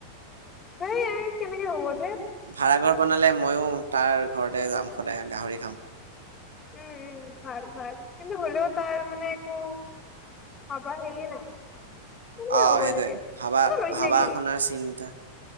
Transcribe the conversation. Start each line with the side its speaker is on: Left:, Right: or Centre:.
Left: থেই, আই কেনেকে হ'ব ধেইত
Right: ভাৰা ঘৰ বনালে ময়ো তাৰ ঘৰতে যাম সদায়, গাহৰি খাম।
Left: উম উম, ভাল ভাল, কিন্তু হ'লেও তাৰ মানে একো ভাৱা হেৰিয়ে নাই। কেনেকে
Right: অ',
Left: হ'ব
Right: সেইটোৱেই,
Left: এনেকে
Right: ভাবা
Left: কিয় লৈছে
Right: ভাবা
Left: সি
Right: শুনাৰ চিন্তা